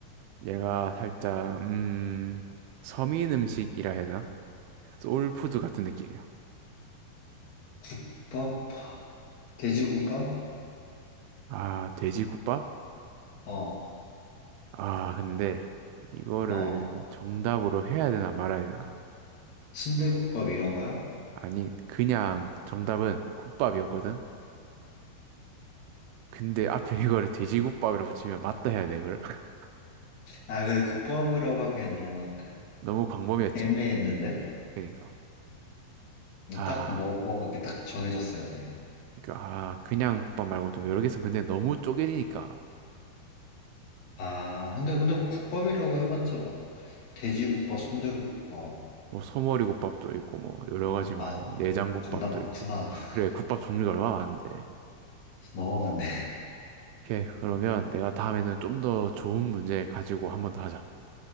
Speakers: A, on the right; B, on the left.
A: 얘가 살짝, 음, 서민 음식이라 해야 되나? 소울푸드 같은 느낌이야.
B: 국밥? 돼지국밥?
A: 아, 돼지국밥?
B: 어,
A: 아, 근데, 이거를
B: 어,
A: 정답으로 해야 되나 말아야 되나?
B: 순대국밥 이런 거야?
A: 아니, 그냥 정답은 국밥이었거든? 근데 앞에 <laughs> 이거를 돼지국밥이라 붙이면 맞다 해야 돼, 이걸. <laughs>
B: 아, 근데 국밥이라고 하기엔 너무
A: 너무 광범위했지.
B: 애매했는데?
A: 그니까.
B: 뭐
A: 아,
B: 딱 뭐, 뭐, 이렇게 딱 정해졌어야 돼.
A: 그니까, 아, 그냥 국밥 말고 좀 여러 개 있으면 근데 너무 쪼개지니까.
B: 아, 근데, 근데 국밥이라고 해봤자 막, 돼지국밥, 순대국밥.
A: 뭐, 소머리 국밥도 있고, 뭐, 여러 가지 많이,
B: 아,
A: 내장국밥도
B: 겁나 많구나.
A: 있고. <laughs>
B: <laughs>
A: 그래, 국밥 종류가 얼마나 많은데.
B: 너무 많네.
A: 오케이, 그러면 내가 다음에는 좀 더 좋은 문제 가지고 한번 더 하자.